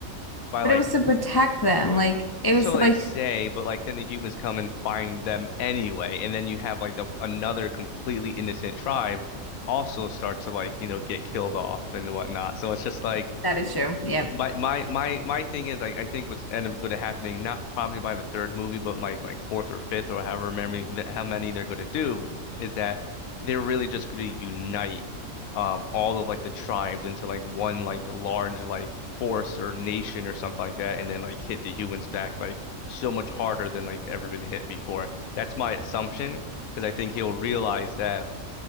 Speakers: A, on the left; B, on the left.
A: by
B: But
A: like
B: it was to protect them. Like it
A: So
B: was to
A: they
B: like
A: say, but like then the humans come and find them anyway, and then you have like a, another completely innocent tribe also start to like, you know, get killed off and whatnot. So it's just like
B: that is true. Yeah,
A: my my my my thing is I, I think what's end up going to happening not probably by the third movie but my like fourth or fifth or however many th- how many they're going to do is that they're really just going to unite um all of like the tribes into like one like large like force or nation or something like that and then like hit the humans back like so much harder than like ever been hit before. That's my assumption because I think he'll realize that